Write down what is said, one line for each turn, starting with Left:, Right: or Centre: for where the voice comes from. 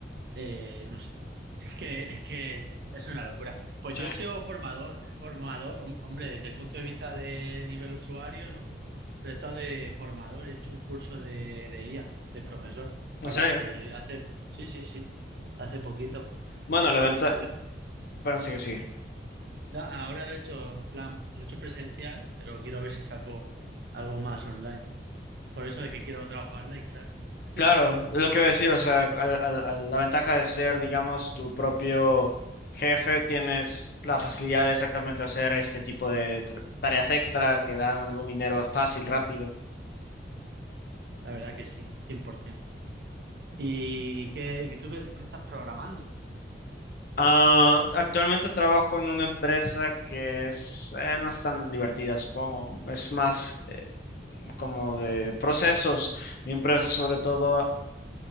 Right: eh, no sé. Es que, es que es una locura. Pues
Left: sí,
Right: yo he sido formador, es formador, hom- hombre, desde el punto de vista de nivel usuario, ¿no? Pero he estado de formador, he hecho un curso de, de IA, de profesor.
Left: en
Right: Ahora
Left: serio.
Right: hace, hace, sí, sí, sí, hace poquito.
Left: Bueno,
Right: He hecho,
Left: la venta
Right: o sea, lo-
Left: Bueno, sigue, sigue.
Right: da- ahora lo he hecho en plan, lo he hecho presencial, pero quiero ver si saco algo más online. Por eso de que quiero trabajar online, claro.
Left: Claro,
Right: <laughs>
Left: es lo que iba a decir, o sea, al- al- al- la ventaja de ser, digamos, tu propio jefe, tienes la facilidad de exactamente hacer este tipo de tra- tareas extra que darán algún dinero fácil, rápido.
Right: La verdad que sí, 100%. ¿Y qué, qué tú qué qué estás programando?
Left: Ah,
Right: Con-
Left: actualmente trabajo en una empresa que es, eh, no es tan divertida, supongo, es más eh, como de procesos. Mi empresa sobre todo